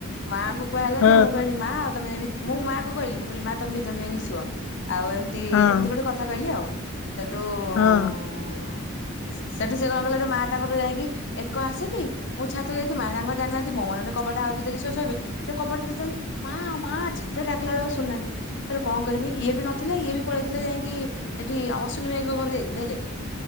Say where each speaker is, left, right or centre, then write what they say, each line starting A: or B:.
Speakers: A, on the left; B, on the left.
A: ମାଆଙ୍କୁ କୁହା ହେଲା
B: ହଁ
A: ଯେ ମୁଁ କହନି
B: ହଁ
A: ମା ଆଉ ତମେ ମୁଁ ମାଆ କୁ କହିଲି ମୁଁ କହିଲି ମାଆ ତମେ ଭିତରେ ଯାଇକି ଶୁଅ ଆଉ ଏମିତି
B: ହଁ
A: ଏମିତି ଗୋଟେ କଥା କହିଲି ଆଉ ସେଠୁ
B: ହଁ
A: ଉଁ ସେଠୁ ସେ କଣ କଲେ ନା ମା ତାଙ୍କର ଯାଇକି ଏକ ଆସିକି ମୁଁ ଛାତକୁ ଯାଇଚି ମା ତାଙ୍କ ଜାଣିନାହାନ୍ତି ମୋ ମନରେ କବାଟା ଆଉଜି ଦେଇକି ସେ ଶୋଇବେ ସେ କବାଟା ଦେଇଚନ୍ତି ମା ମା ଯେ ସେ ଡାକିଲା ବେଳକୁ ଶୁଣୁନାହାନ୍ତି ଫରେ କଣ କରିବି ଇଏ ବି ନ ଥିଲେ ଇଏ ବି ପଳେଇଥିଲେ ଯାଇକି ଏଠି ଅଶ୍ୱନୀ ଭାଇଙ୍କ ଘରକୁ ଯାଇ ଥିଲେ ହେଲା କି?